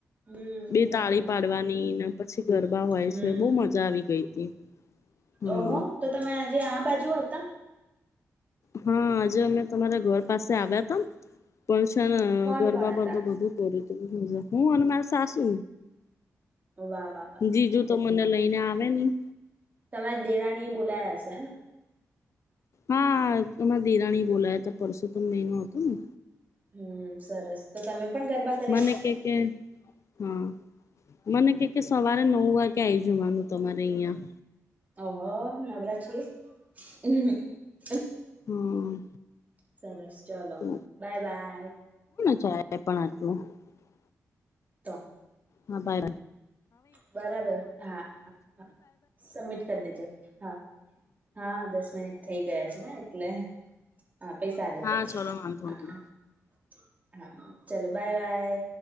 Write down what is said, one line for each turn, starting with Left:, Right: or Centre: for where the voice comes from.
Right: હમ
Left: બે
Right: હમ
Left: તાળી
Right: હમ
Left: પાડવાનીને પછી ગરબા હોય
Right: હમ
Left: છે બો મજા આવી ગઈ હતી હમ
Right: ઓહો તો તમે આજે આ બાજુ હતા
Left: હા આજે અમે તમારા ઘર પાસે આવ્યા હતા‌ પણ છે ને
Right: કોણ
Left: ગરબા
Right: કોણ
Left: બરબા
Right: હતા
Left: બધું કરીયું હું અને માર સાસુ
Right: વાહ, વાહ, વાહ.
Left: જીજુ તો મને લઈને આવે નહી.
Right: તમારા દેરાણી એ બોલાયા સે ને.
Left: હા એમાં દેરાણી બોલાયા હતા પરસોતમ મહિનો હતો ને.
Right: હમ સરસ તો તમે પણ ગરબા કર્યા
Left: મને કે કે હા મને કે કે સવારે નવ વાગે આઈ જવાનું તમારે અહિયાં.
Right: ઓહો નવરા છે. <inaudible>
Left: હમ
Right: સરસ ચલો
Left: તો
Right: બાય બાય.
Left: <unintelligible>
Right: તો
Left: હા બરા
Right: બરાબર હા હા હા સબમિટ કરી દેજે હા હા દસ મિનિટ થઈ ગયા છે ને એટલે હા પૈસા <unintelligible>
Left: હા ચલો વાંધો નહી
Right: હા ચાલો બાય બાય.